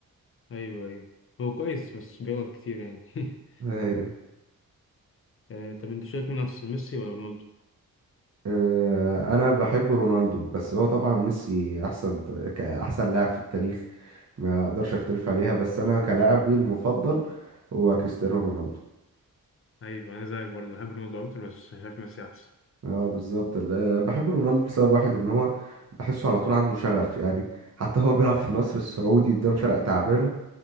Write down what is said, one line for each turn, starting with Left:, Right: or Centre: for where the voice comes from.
Left: ايوه ايوه هو كويس بس بيغلط كتير يعني <laughs>
Right: ايوه
Left: آه، طب انت شايف مين احسن ميسي ولا رونالدو؟
Right: آه انا بحب رونالدو بس هو طبعا ميسي احسن ط- كاحسن لاعب في التاريخ ما اقدرش اختلف عليها بس انا كلاعبي المفضل هو كريستيانو رونالدو
Left: ايوه انا زيك برضه بحب رونالدو اكتر بس شايف ميسي احسن
Right: اه بالظبط ال- انا بحب رونالدو لسبب واحد ان هو بحسه على طول عنده شغف يعني حتى هو بيلعب في النصر السعودي قدام فرق تعبانه